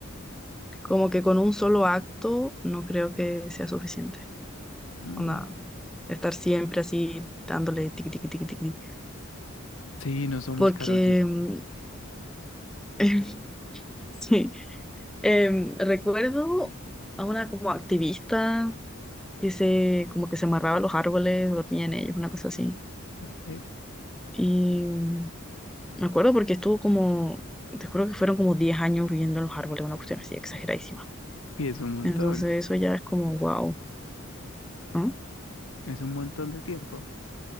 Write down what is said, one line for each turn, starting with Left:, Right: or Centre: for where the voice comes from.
Centre: Como que con un solo acto no creo que sea suficiente.
Left: Mm,
Centre: Onda, estar siempre así dándole tiqui, tiqui, tiqui, tiqui.
Left: Sí, no somos
Centre: Porque,
Left: Karol G.
Centre: mm, <laughs> sí, Em, recuerdo a una como activista que se, como que se amarraba a los árboles, dormía en ellos, una cosa así.
Left: Ok.
Centre: Y Me acuerdo porque estuvo como, te juro que fueron como 10 años viviendo en los árboles, una cuestión así exageradísima.
Left: Y es un montón,
Centre: Entonces eso ya es como, wow, ¿no?
Left: es un montón de tiempo.